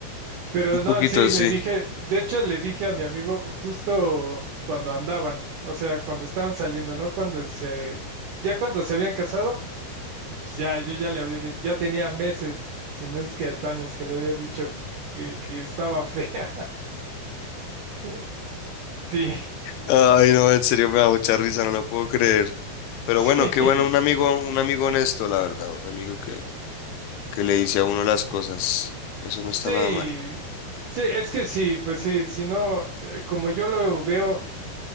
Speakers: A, on the right (about 70°); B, on the left (about 85°).
A: Pero
B: Un
A: no,
B: poquito
A: sí,
B: así.
A: le dije, de hecho le dije a mi amigo justo cuando andaban, o sea, cuando estaban saliendo, ¿no? Cuando se, ya cuando se habían casado, pues ya, yo ya le había dicho, ya tenía meses, si no es que hasta años que le había dicho que, que estaba fea. <laughs> Sí,
B: Ay, no, en serio me da mucha risa, no lo puedo creer. Pero
A: <laughs>
B: bueno, qué
A: sí,
B: bueno, un amigo, un amigo honesto, la verdad, un amigo que, que le dice a uno las cosas. Eso no está
A: sí,
B: nada mal.
A: sí, es que sí, pues sí, si no, eh, como yo lo veo.